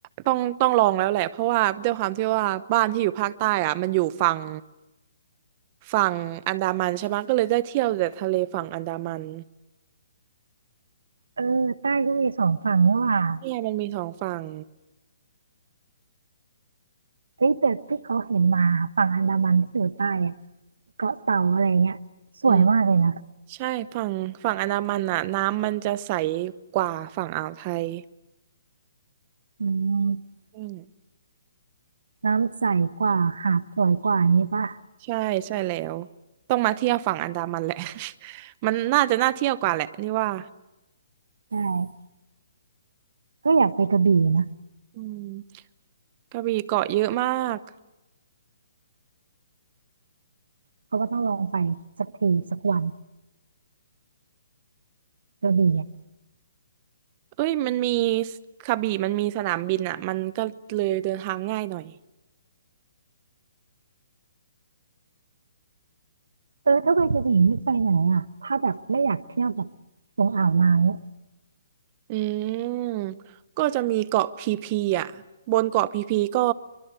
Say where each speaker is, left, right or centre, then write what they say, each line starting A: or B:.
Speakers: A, on the right; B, on the right.
A: ต้องต้องลองแล้วแหละเพราะว่าด้วยความที่ว่าบ้านที่อยู่ภาคใต้อ่ะมันอยู่ฝั่งฝั่งอันดามันใช่ไหมก็เลยได้เที่ยวแต่ทะเลฝั่งอันดามัน
B: เออใต้ก็มีสองฝั่งนี่หว่า
A: เนี่ยมันมีสองฝั่ง
B: เฮ้ยแต่ที่เขาเห็นมาฝั่งอันดามันที่อยู่ใต้อะเกาะเต่าอะไรเงี้ยสวยมากเลยนะ
A: อืมใช่ ฝั่งฝั่งอันดามันอ่ะน้ำมันจะใสกว่าฝั่งอ่าวไทย
B: อืม
A: อืม
B: น้ำใสกว่าหาดสวยกว่านี้ปะ
A: ใช่ ใช่แล้วต้องมาเที่ยวฝั่งอันดามันแหละ <laughs> มันน่าจะน่าเที่ยวกว่าแหละนี่ว่า
B: ใช่ก็อยากไปกระบี่นะ
A: อืมกระบี่เกาะเยอะมาก
B: เพราะว่าต้องลองไปสักทีสักวันกระบี่อะ
A: เอ้ยมันมีกระบี่มันมีสนามบินอ่ะ มันก็เลยเดินทางง่ายหน่อย
B: เออถ้าไปกระบี่นี่ไปไหนอ่ะถ้าแบบไม่อยากเที่ยวแบบตรงอ่าวนางเนี่ย
A: อืมก็จะมีเกาะพีพีอ่ะ บนเกาะพีพีก็